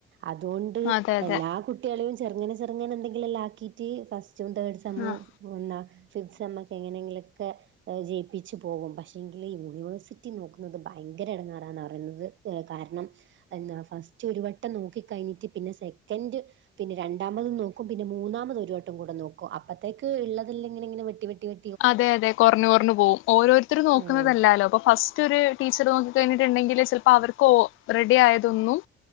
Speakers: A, on the right; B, on the left.
A: അതുകൊണ്ട്
B: അതെ അതെ
A: എല്ലാ കു കുട്ടികളും ചെർങ്ങനെ ചെർങ്ങനെന്തെങ്കിലും എല്ലാം ആക്കിയിട്ട് ഫസ്റ്റും തേർഡ് സെമ്മും
B: ആഹ്
A: വന്നാ സിക്സ് സെമ്മ്‌ എങ്ങനെയെങ്കിലൊക്കെ ജയിപ്പിച്ച് പോകും പക്ഷേങ്കില് യൂണിവേഴ്സിറ്റി നോക്കുന്നത് ഭയങ്കര എടങ്ങാറാന്ന് പറയുന്നത് ഏഹ് കാരണം എന്താ ഫസ്റ്റ് ഒരു വട്ടം നോക്കി കഴിഞ്ഞിട്ട് പിന്നെ സെക്കൻഡ് പിന്നെ രണ്ടാമതും നോക്കും പിന്നെ മൂന്നാമത് ഒരു വട്ടം കൂടെ നോക്കും. അപ്പത്തേക്ക് ഇള്ളതില് ഇങ്ങനെ ഇങ്ങനെ വെട്ടി വെട്ടി വെ
B: അതെ അതെ കൊർഞ്ഞ് കൊർഞ്ഞ് പോകും. ഓരോരുത്തര് നോക്കുന്നതല്ലാലോ
A: ആഹ്
B: അപ്പോ ഫസ്റ്റ് ഒര് ടീച്ചറ് നോക്കി കഴിഞ്ഞിട്ടുണ്ടെങ്കില് ചെലപ്പോ അവർക്ക് ഒ റെഡി ആയതൊന്നും